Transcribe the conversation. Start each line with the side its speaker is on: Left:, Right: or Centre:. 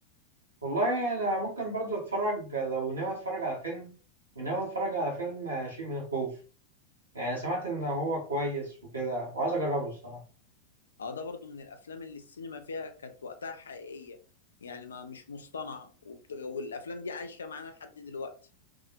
Right: والله أنا ممكن برضو أتفرج لو ناوي أتفرج على فيلم ناوي أتفرج على فيلم آه، شيء من الخوف يعني سمعت إن هو كويس وكده وعايز أجربه الصراحة
Left: اه ده برضو من الافلام اللي السينما فيها كانت وقتها حقيقيه يعني ما مش مصطنعه وبت... والافلام دي عايشه معانا لحد دلوقتي